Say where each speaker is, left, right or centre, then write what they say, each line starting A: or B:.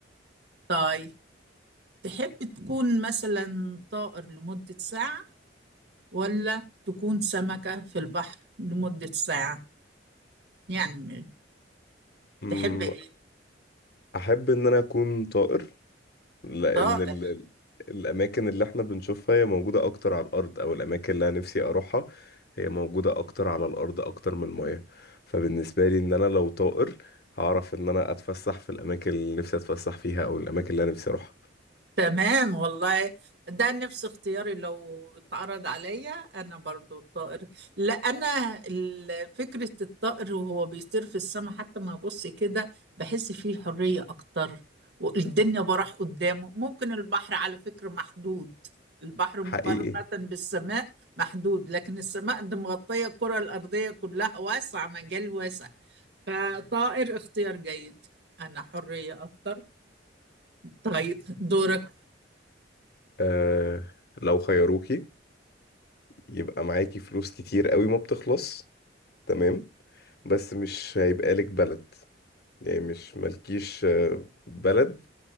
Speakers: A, on the right; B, on the left.
A: طيب تحب تكون مثلا طائر لمدة ساعة ولا تكون سمكة في البحر لمدة ساعة يعني
B: أمم،
A: تحب ايه
B: احب ان انا اكون طائر لان
A: طائر
B: ال... ال- الاماكن اللي احنا بنشوفها هي موجودة اكتر على الارض او الاماكن اللي انا نفسي اروحها هي موجودة اكتر على الارض اكتر من المياه فبالنسبة لي ان انا لو طائر هعرف ان انا اتفسح في الاماكن اللي نفسي اتفسح فيها او الاماكن اللي انا نفسي اروحها
A: تمام والله ده نفس اختياري لو اتعرض عليا انا برضو الطائر لا انا ال- فكرة الطائر وهو بيطير في السماء حتى ما ابص كده بحس فيه حرية اكتر والدنيا براح قدامه ممكن البحر على فكرة محدود البحر مقارنة
B: حقيقي
A: بالسماء محدود لكن السماء دي مغطية الكرة الأرضية كلها واسعة مجال واسع فطائر اختيار جيد أنا حرية أكتر طيب دورك
B: آه لو خيروكي يبقى معاكي فلوس كتير قوي ما بتخلص تمام بس مش هيبقى لك بلد يعني مش مالكيش آه، بلد